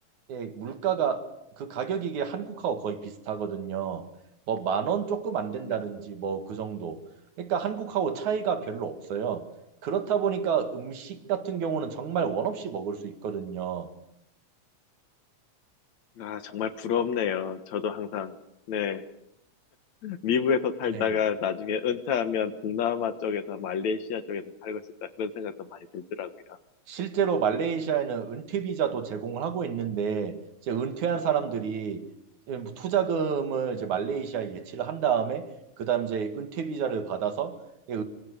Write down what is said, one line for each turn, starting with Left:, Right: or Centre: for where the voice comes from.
Right: 예, 물가가 그 가격이 이게 한국하고 거의 비슷하거든요. 뭐 만 원 조금 안 된다든지
Left: 네.
Right: 뭐 그 정도. 그러니까 한국하고 차이가 별로 없어요. 그렇다 보니까 음식 같은 경우는 정말 원 없이 먹을 수 있거든요.
Left: 아, 정말 부럽네요. 저도 항상, 네, 미국에서 살다가
Right: 네.
Left: 나중에 은퇴하면 동남아 쪽에서 말레이시아 쪽에서 살고 싶다. 그런 생각도 많이 들더라고요.
Right: 실제로 말레이시아에는 은퇴 비자도 제공을 하고 있는데 이제 은퇴한 사람들이 이제 뭐 투자금을 이제 말레이시아에 예치를 한 다음에 그다음 이제 은퇴 비자를 받아서 예,